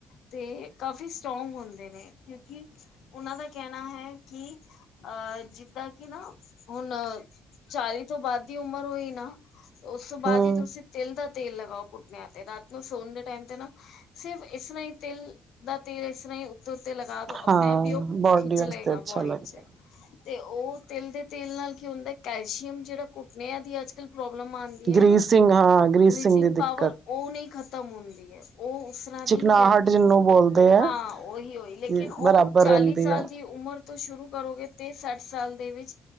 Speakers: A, on the left; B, on the right.
A: ਤੇ ਏ ਕਾਫੀ ਸਟਰ੍ਰੋਂਗ ਹੁੰਦੇ ਨੇ ਕਿਓਂਕਿ ਓਨਾਂ ਦਾ ਕੈਨਾ ਐ ਕੀ ਅਹ ਜਿੱਦਾਂ ਕੇ ਨਾ ਹੁਨ ਚਾਲੀ ਤੋਂ ਬਾਦ ਦੀ ਉਮਰ ਹੋਈ ਨਾ, ਉਸ ਤੋਂ ਬਾਦ
B: ਹੂੰ,
A: ਈ ਤੁਸੀਂ ਤਿਲ ਦਾ ਤੇਲ ਲਗਾਓ। ਘੁਟਨੇਆ ਤੇ ਰਾਤ ਨੂੰ ਸੋਨ ਦੇ ਟਾਈਮ ਤੇ ਨਾ ਸਿਰਫ ਇਸ ਤਰਾਂ ਈ ਤਿਲ ਦਾ ਤੇਲ ਇਸ ਤਰਾਂ ਈ ਤੋ ਉਤੇ ਲਗਾ ਦੋ ਆਪਨੇ
B: ਹਾਂ
A: ਆਪ ਈ ਓ
B: ਬੋਡੀ
A: ਖਿੱਚ
B: ਵਾਸਤੇ
A: ਲਏਗਾ
B: ਅੱਛਾ
A: ਬੋਡੀ
B: ਲੱਗਦਾ।
A: ਚ। ਤੇ ਓ ਤਿਲ ਦੇ ਤੇਲ ਨਾਲ ਕੀ ਹੁੰਦਾ ਕੈਲਸ਼ੀਅਮ ਜੇੜਾ ਘੁਟਨਿਆਂ ਦੀ ਅੱਜ-ਕਲ ਪ੍ਰੌਬ ਲਮ ਆਂਦੀ ਐ
B: ਗ੍ਰੀਸਿੰਗ
A: ਨਾ,
B: ਹਾਂ ਗ੍ਰੀਸਿੰਗ
A: ਬ੍ਰੀਚਿੰਗ
B: ਦੀ
A: ਪਾਵਰ
B: ਦਿੱਕਤ
A: ਓਨੀ ਖਤਮ ਹੁੰਦੀ ਐ। ਓ ਉਸ ਤਰਾਂ
B: ਚਿਕਨਾਹਟ
A: ਦੀ ਈ ਰੈਂਦੀ
B: ਜਿਹਨੂੰ
A: ਐ,
B: ਬੋਲਦੇ ਹੈ।
A: ਹਾਂ ਓਈ ਹੋਈ ਲੇਕਿਨ
B: ਕਿ
A: ਓ
B: ਬਰਾਬਰ
A: ਚਾਲੀ
B: ਰਹਿੰਦੀ
A: ਸਾਲ
B: ਹੈ
A: ਦੀ ਉਮਰ ਤੋਂ ਸ਼ੁਰੂ ਕਰੋਗੇ ਤੇ ਸੱਠ ਸਾਲ ਦੇ ਵਿਚ